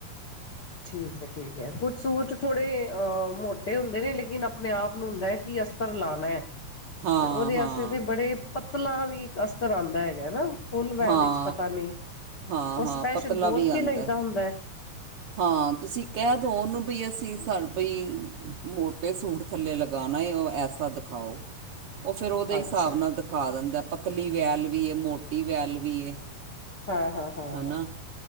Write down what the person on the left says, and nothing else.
ਠੀਕ ਹੈ-ਠੀਕ ਹੈ। ਕੁ ਸੂਟ ਥੋੜੇ ਅਹ ਮੋਟੇ ਹੁੰਦੇ ਨੇ ਲੇਕਿਨ ਆਪਣੇ-ਆਪ ਨੂੰ ਹੁੰਦਾ ਹੈ ਕਿ ਅਸਤਰ ਲਾਣਾ ਹੈ।
ਤੇ ਉਹਦੇ
ਵਾਸਤੇ ਤੇ ਬੜੇ ਪਤਲਾ ਵੀ ਇਕ ਅਸਤਰ ਆਦਾ ਹੈਗਾ ਨਾ। ਫੁੱਲ ਵੈਲ
ਇਚ ਪਤਾ ਨੀ
ਉ
ਸਪੈਸ਼ਲ
ਬੋਲ
ਕੇ
ਲ‌ਇਦਾ ਹੁੰਦਾ ਏ।
ਅੱਛਾ
ਹਾਂ ਹਾਂ ਹਾਂ